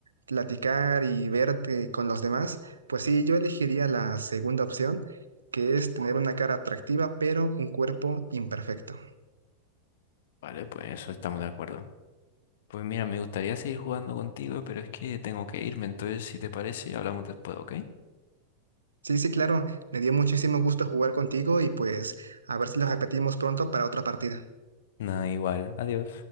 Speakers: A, on the right; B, on the left.
A: platicar y verte con los demás. Pues sí, yo elegiría la segunda opción, que es tener una cara atractiva, pero un cuerpo imperfecto.
B: vale, pues eso estamos de acuerdo. Pues mira, me gustaría seguir jugando contigo, pero es que tengo que irme, entonces si te parece, hablamos después, ¿ok?
A: Sí, sí, claro. Me dio muchísimo gusto jugar contigo y pues a ver si lo repetimos pronto para otra partida.
B: nada igual. Adiós.